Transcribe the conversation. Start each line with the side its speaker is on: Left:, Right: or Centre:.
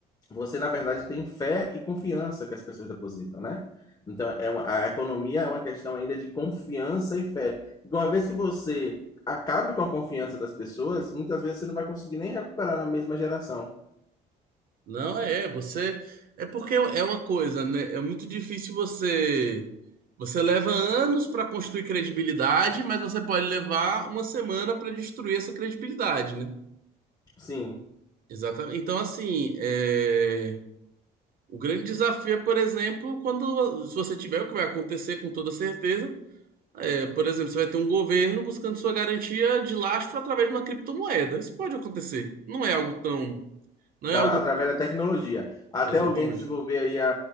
Left: você, na verdade, tem fé e confiança que as pessoas depositam, né? Então, é uma- a economia é uma questão ainda de confiança e fé. Porque uma vez que você acabe com a confiança das pessoas, muitas vezes você não vai conseguir nem recuperar na mesma geração.
Right: Não, é, você. É porque é uma coisa, né? É muito difícil você. Você leva anos para construir credibilidade, mas você pode levar uma semana para destruir essa credibilidade, né?
Left: Sim,
Right: Exatamente. Então, assim, é, o grande desafio é, por exemplo, quando se você tiver o que vai acontecer com toda certeza, é, por exemplo, você vai ter um governo buscando sua garantia de lastro através de uma criptomoeda. Isso pode acontecer. Não é algo tão, não
Left: da-
Right: é algo
Left: através da tecnologia. Até
Right: exatamente.
Left: alguém desenvolver aí a,